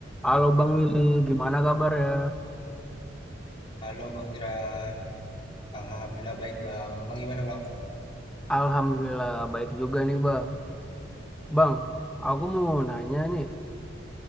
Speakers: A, in the centre; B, on the left.
A: Halo Bang Willy, gimana kabar ya?
B: Halo Bang Jeran, Alhamdulillah baik Bang. Abang gimana Bang?
A: Alhamdulillah baik juga nih Bang. Bang, aku mau nanya nih,